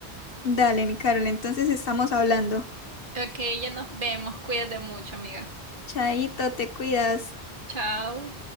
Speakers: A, on the left (about 60°); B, on the right (about 50°).
A: Dale, mi Carol, entonces estamos hablando.
B: Ok, ya nos vemos. Cuídate mucho, amiga.
A: Chaito, te cuidas.
B: Chao.